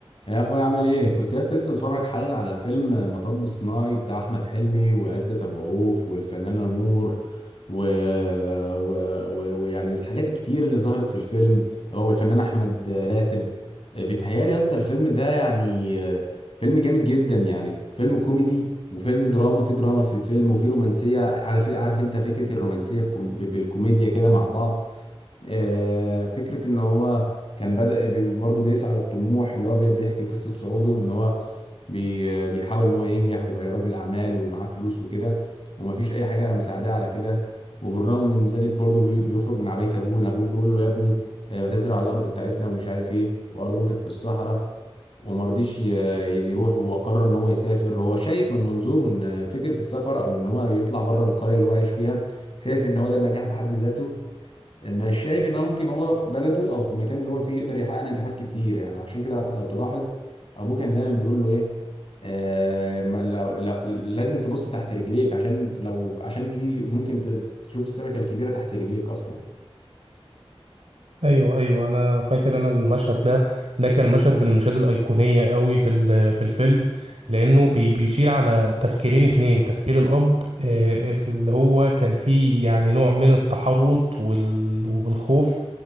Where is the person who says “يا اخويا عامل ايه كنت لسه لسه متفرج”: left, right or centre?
Left